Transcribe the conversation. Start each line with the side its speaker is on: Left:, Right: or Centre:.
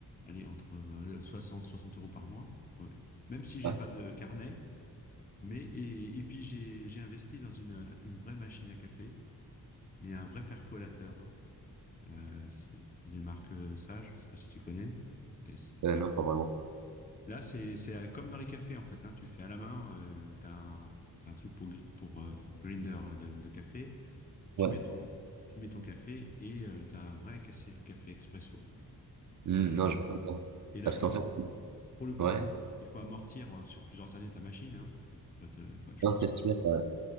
Left: allez entre euh, 60 60 euros par mois. Ouais. Même si j'ai
Right: Ouais.
Left: pas de carnet, mais, et, et puis, j'ai j'ai investi dans une, une vraie machine à café, mais un vrai percolateur. Hein, euh, qui c'est- une marque euh, Sage, je sais pas si tu connais. C'est- c'est pour
Right: Euh,
Left: ça
Right: non,
Left: que-
Right: pas vraiment.
Left: Là, c'est c'est, euh, comme dans les cafés, en fait. hein, tu fais à la main, euh, tu un t'as un truc pour, gri- pour euh, grinder de, de café. Tu
Right: Ouais.
Left: mets ton, tu mets ton café et tu as un vrai café, café expresso. quoi.
Right: Hmm,
Left: Et,
Right: non,
Left: euh,
Right: je vois pas.
Left: et là,
Right: Parce
Left: pour
Right: qu'en
Left: le,
Right: fait,
Left: coup- pour le coup,
Right: ouais,
Left: bon, il faut amortir euh, sur plusieurs années ta machine. hein. Toi- toi, te- ouais, je
Right: non,
Left: pense
Right: c'est
Left: que tu-
Right: sûr. euh,